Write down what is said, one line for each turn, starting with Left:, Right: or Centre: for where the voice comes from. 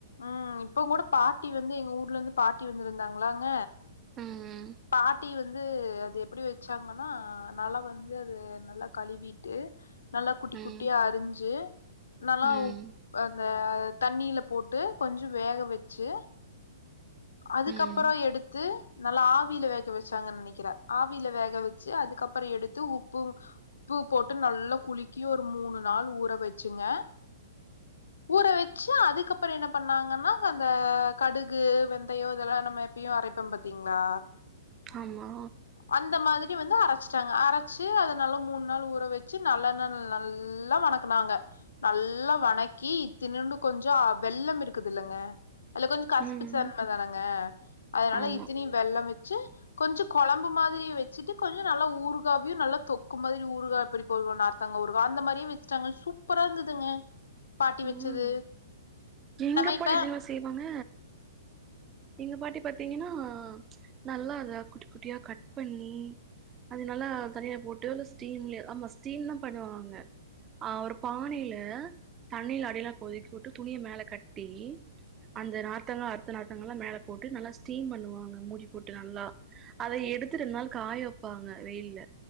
Left: ம் இப்ப கூட பாட்டி வந்து எங்க ஊர்ல இருந்து பாட்டி வந்திருந்தாங்களாங்க
Right: ம்
Left: பாட்டி வந்து அது எப்டி வச்சாங்கன்னா நல்லா வந்து அது நல்லா கழுவிட்டு நல்லா குட்டி
Right: ம்
Left: குட்டியா அரிஞ்சு நல்லா
Right: ம்
Left: அந்த தண்ணியில போட்டு கொஞ்ச வேக வச்சு அதுக்கப்பறோ
Right: ம்
Left: எடுத்து நல்லா ஆவியில வேக வச்சாங்கன்னு நெனைக்கிறே ஆவியில வேக வச்சு அதுக்கப்பற எடுத்து உப்பு உப்பு போட்டு நல்லா குளிக்கி ஒரு மூணு நாள் ஊற வச்சுங்க ஊற வச்சு அதுக்கப்பற என்ன பண்ணாங்கன்னா அந்த கடுகு வெந் ந்தையோ இதெல்லா நம்ம எப்பயு அரைப்பம் பாத்தீங்களா
Right: ஆமா
Left: அந்த மாதிரி வந்து அரைச்சிட்டாங்க அரைச்சு அத நல்லா மூணு நாள் ஊற வச்சு நல்லெண் நல்லா வணக்க னாங்க நல்லா வணக்கி இத்தினின்டு கொஞ்ச வெள்ளம் இருக்குதுல்லங்க அதுல கொஞ்ச கசிப்புச்சன்மை
Right: ம்
Left: தானங்க அதனால
Right: ஆமா
Left: இத்தனி வெள்ளம் வச்சு கொஞ்ச கொழம்பு மாதிரியே வச்சுட்டு கொஞ்ச நல்லா ஊருகாவியு நல்லா தொக்கு மாதிரி ஊருகாவ நார்த்தாங்க ஊருகா அந்த மாதிரியே வச்சுட்டாங்க சூப்பரா இருந்ததுங்க பாட்டி வச்சது
Right: ம் எங்க
Left: நம்ம
Right: அப்பா
Left: இப்ப
Right: எடுத்துங்களு செய்வாங்க இந்த பாட்டி பாரத்தீங்கன்னா நல்லா அதா குட்டி குட்டியா கட் பண்ணி அதனால தனியா போட்டு இல்ல ஸ்டீம்ல ஆமா ஸ்டீம் தா பண்ணுவாங்க ஆ ஒரு பானையில தண்ணீல அடியெல்லா கொதிக்கி விட்டு துணிய மேல கட்டி அந்த நார்த்தங்கா அடுத்த நார்த்தங்கல்லா மேல போட்டு நல்லா ஸ்டீம் பண்ணுவாங்க மூடி போட்டு நல்லா அத எடுத்துட்டு ரெண்நாள் காய வப்பாங்க வெயில்ல